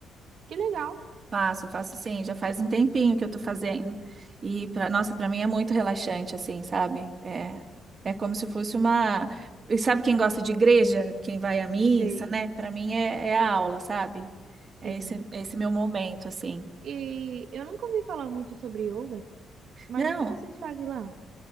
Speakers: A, on the right; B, on the right.
A: Que legal.
B: Faço, faço sim, já faz um tempinho que eu tô fazendo. E para nossa, para mim é muito relaxante assim, sabe? É é como se fosse uma E sabe quem gosta de igreja, quem vai à missa,
A: Sei,
B: né? Para mim é, é a aula, sabe?
A: sim.
B: É esse, é esse meu momento assim.
A: E eu nunca ouvi falar muito sobre yoga, mas
B: Não.
A: o que vocês fazem lá?